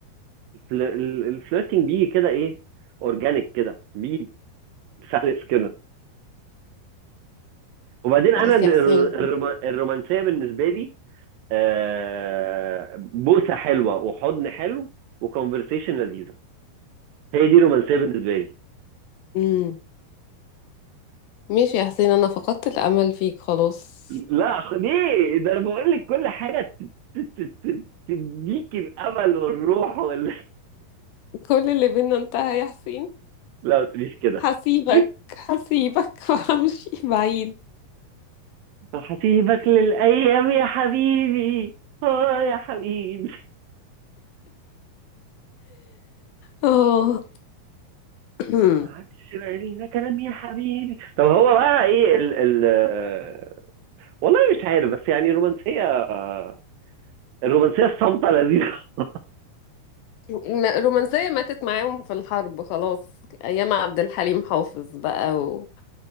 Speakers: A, on the right; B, on the left.
A: الفل- الفليرتنج بيجي كده ايه اورجانيك كده بيجي سلس كده وبعدين انا
B: خلاص
A: ال-
B: يا حسين
A: الروما- الرومانسيه بالنسبه لي آه، بوسه حلوه وحضن حلو وكونفرسيشن لذيذه هي دي رومانسيه بالنسبه لي
B: امم ماشي يا حسين انا فقدت الامل فيك خلاص
A: لا خ- ليه ده انا بقول لك كل حاجه ت- ت- ت- ت- تديك الامل والروح وال...
B: كل اللي بينا انتهى يا حسين
A: <laughs> لا ما تقوليش كده
B: هسيبك
A: <laughs>
B: هسيبك <laughs> وهمشي بعيد
A: هسيبك للايام يا حبيبي اه يا حبيبي
B: اه <clears throat>
A: ما عادش بقى لينا كلام يا حبيبي طب هو بقى ايه ال ال آه، والله مش عارف بس يعني الرومانسيه آه، الرومانسيه الصامته لذيذه <laughs>
B: الم- الرومانسية ماتت معاهم في الحرب خلاص ايام عبد الحليم حافظ بقى و...